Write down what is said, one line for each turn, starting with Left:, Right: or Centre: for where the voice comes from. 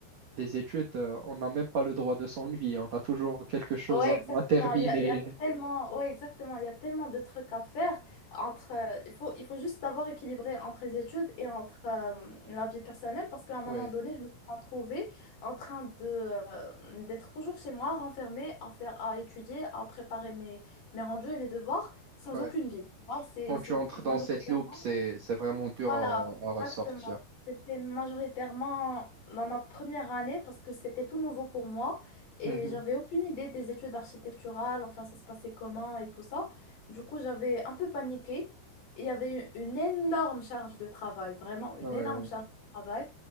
Right: des études, euh, on n'a même pas le droit de s'ennuyer. On a toujours quelque chose
Left: Ouais,
Right: à,
Left: exactement.
Right: à terminer.
Left: Il y a, il y a tellement, ouais, exactement. Il y a tellement de trucs à faire entre, euh, il faut, il faut juste savoir équilibrer entre les études et entre euh, la vie personnelle parce
Right: <laughs>
Left: qu'à un moment
Right: Oui,
Left: donné, je me suis retrouvée en train de, euh, d'être toujours chez moi, renfermée, à faire, à étudier, à préparer mes, mes rendus et mes devoirs sans
Right: oui.
Left: aucune vie. Tu vois, c'est,
Right: Quand
Left: c'est
Right: tu entres dans
Left: majoritairement.
Right: cette loupe, c'est, c'est vraiment dur
Left: Voilà,
Right: à,
Left: exactement.
Right: à ressortir.
Left: C'était majoritairement dans ma première année parce que c'était tout nouveau pour moi et
Right: Mhm,
Left: j'avais aucune idée des études architecturales, enfin ça se passait comment et tout ça. Du coup, j'avais un peu paniqué et il y avait eu une énorme charge de travail, vraiment une
Right: ouais.
Left: énorme charge de travail.